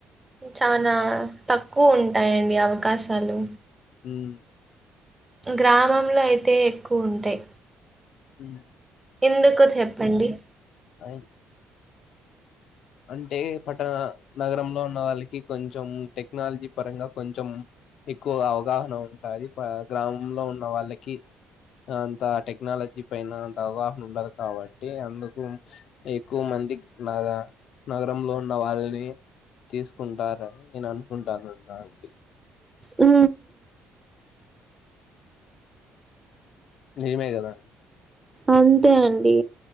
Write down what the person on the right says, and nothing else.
చానా తక్కువ ఉంటాయండి అవకాశాలు
గ్రామంలో అయితే ఎక్కువ ఉంటాయి
ఎందుకు చెప్పండి
ఊ
అంతే అండి